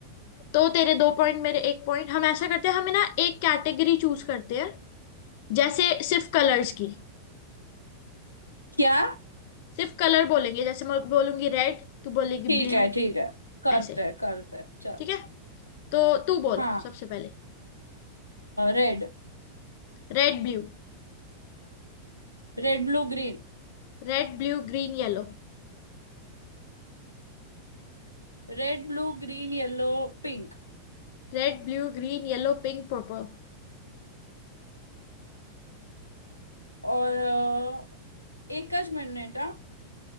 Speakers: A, on the left; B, on the left.
A: तो तेरे दो पॉइंट मेरे एक पॉइंट हम ऐसा करते हैं हमें ना एक कैटेगरी चूज करते हैं जैसे सिर्फ कलर्स की
B: क्या
A: सिर्फ कलर बोलेंगे जैसे मैं बोलूंगी रेड तू बोलेगी
B: ठीक
A: ब्लू
B: है ठीक है करते
A: ऐसे
B: हैं करते हैं चल
A: ठीक है तो तू बोल
B: हाँ
A: सबसे पहले
B: Red
A: Red blue
B: Red blue green
A: Red blue green yellow
B: Red blue green yellow pink
A: Red blue green yellow pink purple
B: और अ, एकच मिनिट हा